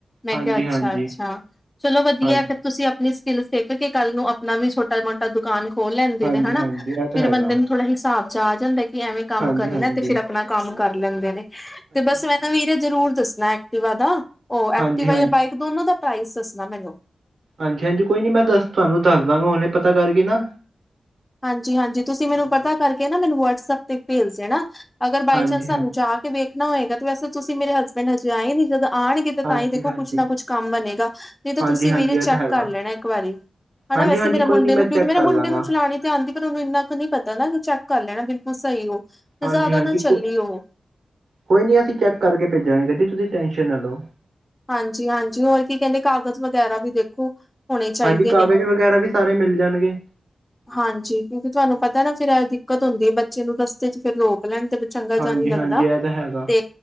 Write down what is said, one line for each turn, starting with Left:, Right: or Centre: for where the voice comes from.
Left: ਮੈਂ
Right: ਹਾਂਜੀ
Left: ਕਿਹਾ ਅੱਛਾ-ਅੱਛਾ।
Right: ਹਾਂਜੀ
Left: ਚਲੋ ਵਧੀਆ
Right: ਹਾਂਜੀ
Left: ਏ ਫਿਰ ਤੁਸੀਂ ਆਪਣੀ ਸਕਿੱਲਸ ਦੇਖ ਲੋ, ਕਿਉਂਕਿ ਕੱਲ ਨੂੰ ਅਪਣਾ ਵੀ ਛੋਟਾ ਮੋਟਾ ਦੁਕਾਨ ਖੋਲ ਲੈਂਦੇ
Right: ਹਾਂਜੀ
Left: ਨੇ, ਹਨਾ।
Right: ਹਾਂਜੀ ਇਹ ਤਾਂ
Left: ਫ਼ਿਰ
Right: ਹੈਗਾ
Left: ਬੰਦੇ ਨੂੰ ਥੋੜਾ ਹਿਸਾਬ ਚ ਆ ਜਾਂਦਾ ਹੈ ਕਿ ਕਿ ਐਵੇਂ ਕੰਮ
Right: ਹਾਂਜੀ
Left: ਕਰਨਾ
Right: ਹਾਂਜੀ
Left: ਏ, ਤੇ ਫਿਰ ਅਪਣਾ ਕੰਮ ਕਰ ਲੈਂਦੇ ਨੇ।
Right: ਹਾਂਜੀ
Left: ਤੇ ਬਸ
Right: ਹਾਂਜੀ ਹਾਂਜੀ
Left: ਮੈਂ ਤਾਂ ਵੀਰੇ ਜ਼ਰੂਰ ਦੱਸਣਾ ਏ। ਟਿਵਾ ਦਾ, ਉਹ ਐਕਟਿਵਾ
Right: ਹਾਂਜੀ
Left: ਯਾ ਬਾਈਕ ਦੋਨਾਂ ਦਾ ਪ੍ਰਾਈਸ ਦੱਸਣਾ ਮੈਨੂੰ?
Right: ਹਾਂਜੀ-ਹਾਂਜੀ ਕੋਈ ਨੀ, ਮੈਂ ਦੱਸ ਤੁਹਾਨੂੰ ਦੱਸ ਦਾਂਗਾ, ਹੁਨੇ ਪਤਾ ਕਰਕੇ ਨਾ।
Left: ਹਾਂਜੀ-ਹਾਂਜੀ ਤੁਸੀਂ ਮੈਨੂੰ
Right: ਹਾਂਜੀ
Left: ਪਤਾ ਕਰਕੇ ਨਾ, ਮੈਨੂੰ ਵਟਸਐਪ ਤੇ ਭੇਜ਼ ਦੇਣਾ। ਅਗਰ ਬਾਈ
Right: ਹਾਂਜੀ
Left: ਚਾਂਸ ਸਾਨੂੰ
Right: ਹਾਂਜੀ
Left: ਜਾ ਕੇ ਵੇਖਣਾ ਹੋਏਗਾ, ਤੇ ਵੈਸੇ ਤੁਸੀਂ ਮੇਰੇ ਹਸਬੈਂਡ ਹਜੇ ਆਏ ਨੀ ਜਦ ਆਣਗੇ ਤੇ
Right: ਹਾਂਜੀ
Left: ਤਾਂ ਹੀ ਦੇਖੋ
Right: ਹਾਂਜੀ
Left: ਕੁਛ ਨਾ ਕੁਛ ਕੰਮ ਬਣੇਗਾ, ਨਹੀਂ ਤਾਂ
Right: ਹਾਂਜੀ
Left: ਤੁਸੀਂ
Right: ਹਾਂਜੀ
Left: ਵੀਰੇ
Right: ਇਹ
Left: ਚੈੱਕ
Right: ਤਾਂ ਹੈਗਾ
Left: ਕਰ ਲੈਣਾ ਇੱਕ ਵਾਰੀ। ਹਨਾ,
Right: ਹਾਂਜੀ
Left: ਵੈਸੇ
Right: ਹਾਂਜੀ
Left: ਮੇਰੇ ਮੁਡੇ
Right: ਕੋਈ ਨੀ ਮੈਂ
Left: ਨੂੰ, ਕਿਉਂਕਿ
Right: ਚੈੱਕ
Left: ਮੇਰੇ
Right: ਕਰ
Left: ਮੁੰਡੇ
Right: ਲਾਂਗਾ
Left: ਨੂੰ ਚਲਾਣੀ <unintelligible> ਉਹਨੂੰ ਇੰਨਾ ਕੁ ਨੀ ਪਤਾ ਨਾ ਕਿ, ਚੈੱਕ ਕਰ ਲੈਣਾ ਬਿਲਕੁਲ ਸਹੀ ਉਹ ਤੇ
Right: ਹਾਂਜੀ-ਹਾਂਜੀ,
Left: ਜ਼ਿਆਦਾ ਨਾ ਚੱਲੀ ਉਹ
Right: ਕੋਈ ਨੀ ਅਸੀਂ ਚੈੱਕ ਕਰਕੇ ਭੇਜਾਂਗੇ, ਗੱਡੀ ਤੁਸੀਂ ਟੈਂਸ਼ਨ ਨਾ ਲੋ,
Left: ਹਾਂਜੀ-ਹਾਂਜੀ, ਹੋਰ ਕੀ ਕਹਿੰਦੇ ਕਾਗਜ਼ ਵਗੈਰਾ ਵੀ ਦੇਖੋ। ਹੋਣੇ ਚਾਹੀਦੇ
Right: ਹਾਂਜੀ, ਕਾਗਜ਼
Left: ਨੇ।
Right: ਵਗੈਰਾ ਵੀ ਸਾਰੇ ਮਿਲ ਜਾਣਗੇ।
Left: ਹਾਂਜੀ, ਕਿਉਂਕਿ ਤੁਹਾਨੂੰ
Right: ਹਾਂਜੀ
Left: ਪਤਾ ਨਾ ਫੇਰ ਇਹ ਦਿੱਕਤ ਹੁੰਦੀ ਹੈ ਬੱਚੇ ਨੂੰ ਰਸਤੇ ਚ ਫਿਰ ਰੋਕ ਲੈਣ। ਤੇ ਫੇਰ ਚੰਗਾ
Right: ਹਾਂਜੀ
Left: ਜਾ ਨੀ ਲੱਗਦਾ
Right: ਹਾਂਜੀ ਇਹ ਤਾਂ ਹੈਗਾ
Left: ਤੇ